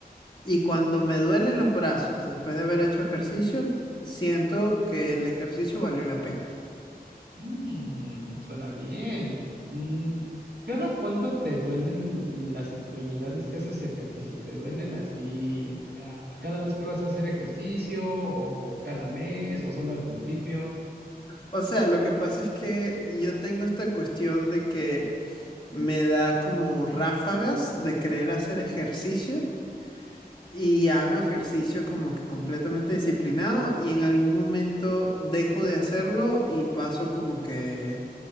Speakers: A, on the left; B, on the right.
A: Y cuando me duelen los brazos, después de haber hecho ejercicio, siento que el ejercicio valió la pena.
B: Mm, suena bien. Mm, ¿cada cuánto te duelen las extremidades que haces ejercicio? ¿Te duelen así, ah, cada vez que vas a hacer ejercicio o, o cada mes o solo al principio?
A: O sea, lo que pasa es que yo tengo esta cuestión de que me da como ráfagas de querer hacer ejercicio y hago ejercicio como que completamente disciplinado y en algún momento dejo de hacerlo y paso como que,